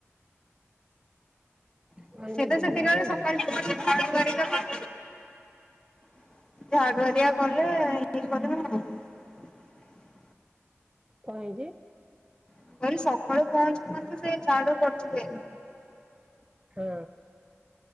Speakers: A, on the left (about 20°); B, on the right (about 20°).
A: ସିଏ
B: କହିଦେ
A: ତ
B: ଦିଦି କି କହିଛୁ
A: ସେତିକି ବେଳେ ସକାଳେ <unintelligible> ଝାଡୁ ହେରିକା କଲେ <unintelligible>
B: କଣ ହେଇଚି?
A: ମୁଁ କହିଲି ‌ସକାଳୁ ପହଞ୍ଚୁ ପହଞ୍ଚୁ ସେ ଝାଡୁ କରୁଥିବେ।
B: ହଁ।